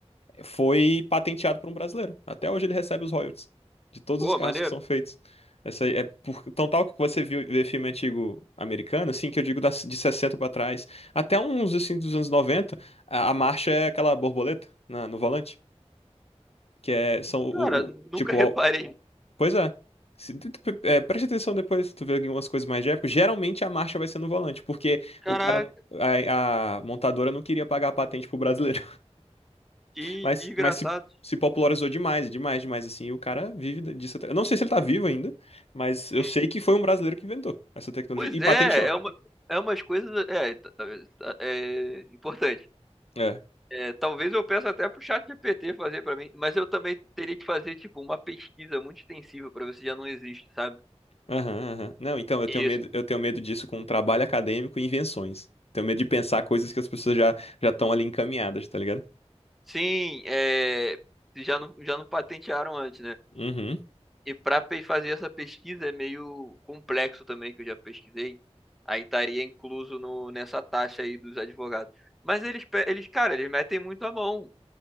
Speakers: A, on the left (about 60°); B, in the centre.
A: foi patenteado por um brasileiro. Até hoje ele recebe os royalties de todos
B: Pô,
A: os carros
B: maneiro.
A: que são feitos. Essa aí é por, tão tal que você viu vê filme antigo americano, assim, que eu digo das- de 60 para trás, até uns assim dos anos 90 a, a marcha é aquela borboleta na- no volante, que é são o,
B: Cara, nunca
A: o- tipo,
B: reparei.
A: ó, pois é. Se tu- tu- é, preste atenção depois, tu vê algumas coisas mais de época. Geralmente a marcha vai ser no volante, porque
B: Caraca,
A: o cara, a, a montadora não queria pagar a patente pro brasileiro.
B: que
A: Mas,
B: desgraçado.
A: mas se, se popularizou demais, demais, demais, assim. E o cara vive da- disso até. Eu não sei se ele tá vivo ainda, mas eu
B: Hum.
A: sei que foi um brasileiro que inventou essa tecnologia
B: Pois
A: e patenteou.
B: é, é uma, é umas coisas. É, tá- tá- é importante.
A: É.
B: É, talvez eu peça até pro chat GPT fazer pra mim, mas eu também teria que fazer tipo uma pesquisa muito extensiva pra ver se já não existe, sabe?
A: Aham, aham. Não, então eu
B: Isso.
A: tenho medo, eu tenho medo disso com trabalho acadêmico e invenções. Tenho medo de pensar coisas que as pessoas já já estão ali encaminhadas, tá ligado?
B: Sim, é, se já não, já não patentearam antes, né?
A: Uhum,
B: E pra pe- fazer essa pesquisa é meio complexo também, que eu já pesquisei. Aí estaria incluso no, nessa taxa aí dos advogados. Mas eles, pe- eles, cara, eles metem muito a mão.